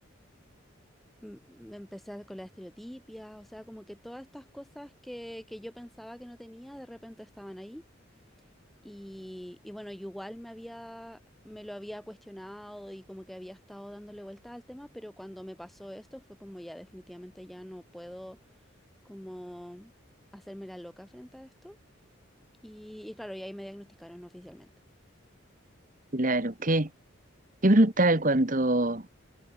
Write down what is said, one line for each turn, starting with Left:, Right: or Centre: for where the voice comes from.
Centre: m- me empecé a- con la estereotipia, o sea, como que todas estas cosas que, que yo pensaba que no tenía, de repente estaban ahí. Y, y bueno, yo igual me había, me lo había cuestionado y como que había estado dándole vuelta al tema, pero cuando me pasó esto fue como ya definitivamente ya no puedo como hacerme la loca frente a esto. Y, y claro, y ahí me diagnosticaron oficialmente.
Right: Claro, qué, qué brutal cuando,